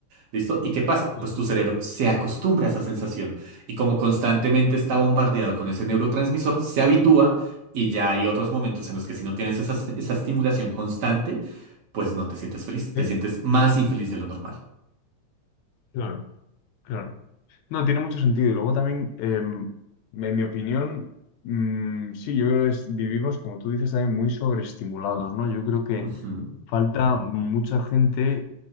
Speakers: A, on the right; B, on the left.
A: ¿Listo? ¿Y qué pasa?
B: Claro.
A: Pues tu cerebro se acostumbra a esa sensación y como constantemente está bombardeado con ese neurotransmisor, se habitúa y ya hay otros momentos en los que si no tienes esa, esa estimulación constante, pues no te sientes feliz, te
B: Sí,
A: sientes más infeliz de lo normal.
B: claro, claro. No, tiene mucho sentido. Y luego también, em, en mi opinión, mm, sí, yo creo que es- vivimos, como tú dices, también muy sobreestimulados, ¿no? Yo creo que
A: Ujú,
B: falta mucha gente,